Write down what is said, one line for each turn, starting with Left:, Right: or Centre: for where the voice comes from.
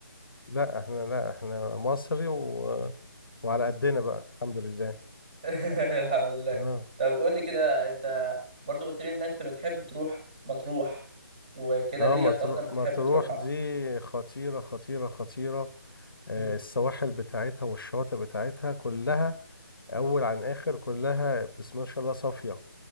Left: لا احنا لا احنا مصري و... وعلى قدنا بقى الحمد لله
Right: <laughs> الحمد لله
Left: اه
Right: طب قول لي كده انت برضو قلت لي ان انت بتحب تروح مطروح وكده
Left: اه
Right: ليه
Left: مطروح
Right: انت اصلا بتحب
Left: مطروح
Right: تروحها
Left: دي خطيرة خطيرة خطيرة آه،
Right: مم.
Left: السواحل بتاعتها والشواطئ بتاعتها كلها أول عن آخر كلها بسم الله ما شاء الله صافية